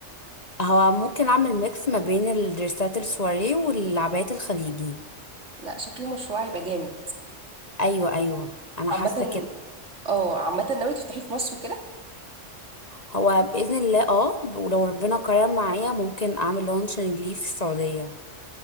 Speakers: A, on the left (about 35°); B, on the right (about 65°).
A: هو ممكن أعمل ميكس ما بين الدرسات السواري والعبايات الخليجي
B: لا شكله مشروع هيبقى جامد
A: أيوة أيوة أنا
B: عامة
A: حاسة كده
B: اه عامة ناوية تفتحيه في مصر وكده
A: هو بإذن الله اه ولو ربنا كرم معايا ممكن أعمل لونشنج ليه في السعودية